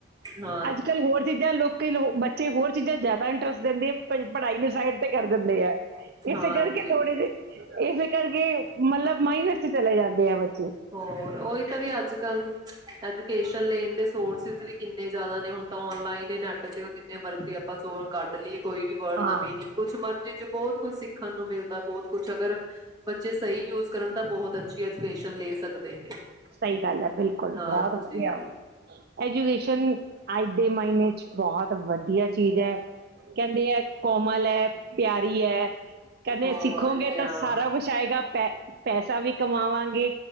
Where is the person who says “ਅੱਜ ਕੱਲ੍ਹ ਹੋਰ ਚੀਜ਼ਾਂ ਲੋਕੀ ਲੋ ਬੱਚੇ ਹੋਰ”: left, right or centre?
Right